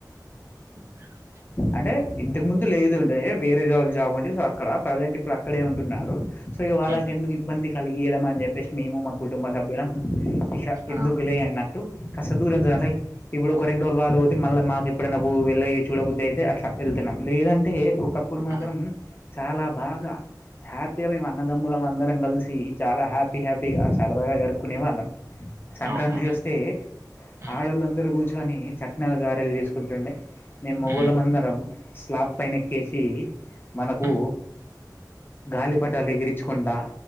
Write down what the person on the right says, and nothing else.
ఆ
హ్మ్
ఆ!
ఆ!
అవునా అండి.
హ్మ్
హ్మ్
హ్మ్